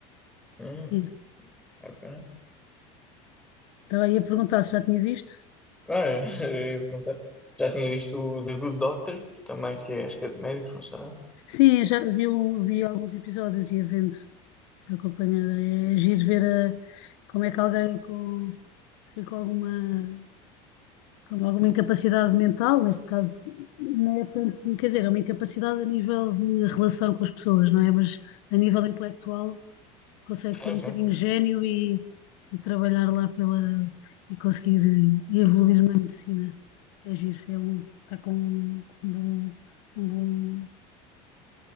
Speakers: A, in the centre; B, on the left.
A: Hum,
B: sim.
A: ok.
B: Estava aí a perguntar se já tinha visto.
A: Ah, <laughs> eu ia perguntar. Já tinha visto o The Good Doctor, também, que é, acho que é de médicos, não sei.
B: Sim, já vi, um- vi alguns episódios e a vendo acompanhada. É giro ver a- como é que alguém com, assim, com alguma, com alguma incapacidade mental, neste caso, não é tanto, quer dizer, é uma incapacidade a nível de relação com as pessoas, não é? Mas a nível intelectual consegue ser
A: Uhum.
B: um bocadinho gênio e, e trabalhar lá pela e conseguir evoluir na medicina. É giro, é um, está com, um com um bom, um bom